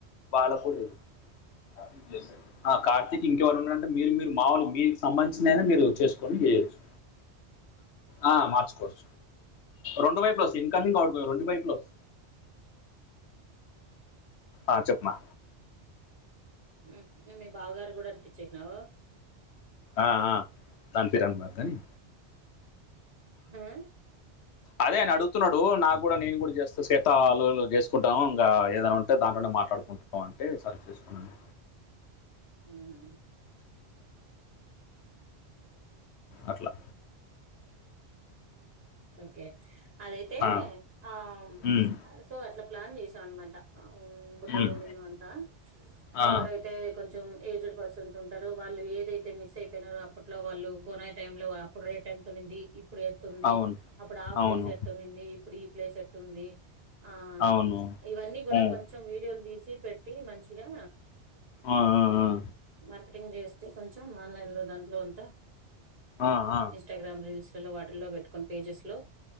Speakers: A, on the left; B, on the right.
A: పాలపుడి <unintelligible> ఆ కార్తీకి ఇంకెల్లున్నరంటే మీరు, మీరు మావోలు మీకు సంబంచిదైన మీరు చేసుకొని చేయొచ్చు. ఆ మార్చుకోచ్చు రెండు వైపులోస్తయ్ ఇన్కమింగ్, ఔట్గోయింగ్ రెండు వైపుల ఒస్. అ చెప్మా
B: మ్ <unintelligible> మీ బావగారు గూడ అత్తిచ్చేస్నయ్
A: ఆ ఆ దన్ ఫిరన్ మాగ్గని
B: హ ఆ
A: అదే అన్ని అడుగుతున్నడు నాగూడ నేన్ గూడ జెస్త సితాలులు జేస్కుంటాంగా ఏదన ఉన్. టె దాంట్లోనే మాట్లాడుకుంటాం అంటే సరె చేసుకొండి
B: ఉమ్
A: అట్లా
B: ఓకే అదైతే
A: ఆ,
B: ఆమ్
A: ఉమ్,
B: ఆ సో అట్ల ప్లాన్ చేసామన్మాట. అవున్ బుడ్డోడు
A: ఉమ్,
B: నేను అంతా
A: ఆ,
B: ఎవరైతే కొంచెం ఏజ్డ్ పర్స్. కొంచెంటరో వాళ్ళు ఏదైతే మిసైపేనరొ అప్పట్లో, వాళ్ళు గొనాయి టైం లో అప్పుడు రేట్ ఎంతునింది ఇప్. ఇప్పుడెంతుంది
A: అవును
B: అప్పుడు ఆ ప్లేస్
A: అవును
B: ఎట్టునూన్ది, ఇప్పుడు ఈ ప్లేస్ ఎట్టుంది? ఆ
A: అవును
B: ఇవన్నీ గూడ
A: ఉమ్,
B: కొంచెం వీడియోలు తీసి పెట్టి మంచిగా.
A: ఆ, ఆ, ఆ.
B: మార్కెటింగ్ చేస్తే కొంచెం ఆన్లైన్ లో దాంట్లో అంత
A: ఆ ఆ
B: ఇంస్టాగ్రామ్ రీల్స్లలో వాటిల్లో బేట్కొని పేజెస్లో